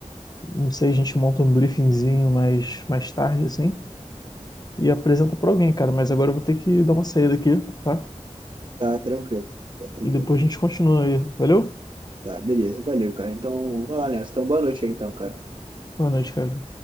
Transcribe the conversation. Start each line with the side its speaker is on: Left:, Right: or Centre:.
Left: Não sei, a gente monta um briefingzinho mais, mais tarde, assim, e apresenta pra alguém, cara. Mas agora eu vou ter que dar uma saída aqui, tá?
Right: Tá, tranquilo. Tá, tranquilo.
Left: E depois a gente continua aí. Valeu?
Right: Tá, beleza. Valeu, cara. Então, vai lá nessa. Então, boa noite aí, então, cara.
Left: Boa noite, cara.